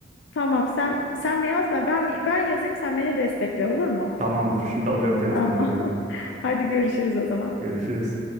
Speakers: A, on the left; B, on the right.
A: Tamam sen sen mi yaz ben ben mi- ben yazayım sen beni destekle olur mu?
B: Tamamdır. Şimdi alıyorum telefonu
A: Tamam.
B: elime.
A: <laughs> Hadi görüşürüz o zaman.
B: Görüşürüz.